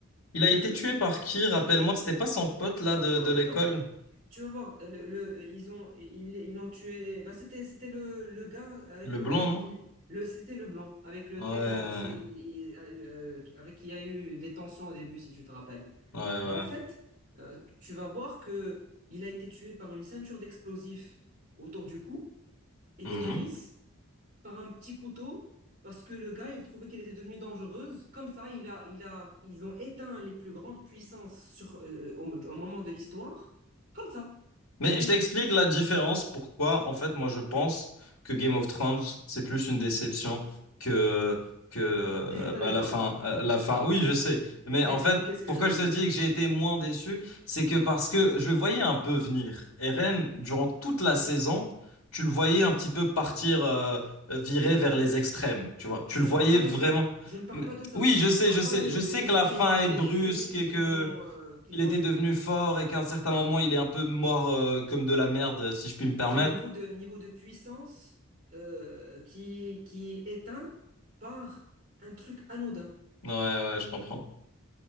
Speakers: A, on the left; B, on the right.
A: Il
B: que,
A: a été tué par qui, rappelle-moi?
B: que...
A: C'était pas son pote
B: Attends,
A: là de,
B: attends,
A: de
B: attends.
A: l'école?
B: Tu vas voir, le, le- ils ont, ils, ils l'ont tué. Bah, c'était, c'était le, le gars avec
A: Le
B: lequel
A: blanc, non?
B: il... Le, c'était le blond avec lequel
A: Ouais,
B: il se, il, il- euh, avec qui il y a eu des tensions au début, si tu te rappelles.
A: ouais, ouais.
B: Bah, en fait, euh, tu vas voir que il a été tué par une ceinture d'explosifs autour du cou et
A: Mhm.
B: Daenerys par un petit couteau parce que le gars, il trouvait qu'elle était devenue dangereuse. Comme ça, il a, il a, ils ont éteint les plus grandes puissances sur, euh, au, au moment de l'histoire. Comme ça,
A: Mais
B: d'un coup.
A: je t'explique la différence, pourquoi en fait moi je pense que Game of Thrones c'est plus une déception que, que euh,
B: C'est juste
A: bah,
B: un exemple,
A: la fin,
B: hein,
A: euh,
B: <laughs>
A: la fin. Oui, je sais, mais
B: pour t'expliquer
A: en fait
B: ce que
A: pourquoi
B: je veux
A: je
B: dire.
A: te dis que j'ai été moins déçu, c'est que parce que je le voyais un peu venir. Eren, durant toute la saison, tu le voyais un petit peu partir, euh, euh, virer vers les extrêmes, tu vois. Tu
B: Je
A: le
B: ne
A: voyais
B: parle pas
A: vraiment.
B: de ça. Je ne parle
A: Mais-
B: pas de ça.
A: Oui, je
B: Je
A: sais,
B: ne parle
A: je sais,
B: pas de,
A: je
B: de
A: sais
B: l'extrémi-
A: que la fin est
B: l'extrémisme
A: brusque et
B: qu'ils
A: que
B: ont, euh, qu'ils
A: il était
B: ont eu.
A: devenu fort et qu'à un certain moment, il est un peu mort euh, comme de la merde, si je puis me permettre.
B: C'est niveau de, niveau de puissance euh, qui, qui est éteint par un truc anodin.
A: Ouais, ouais, je comprends.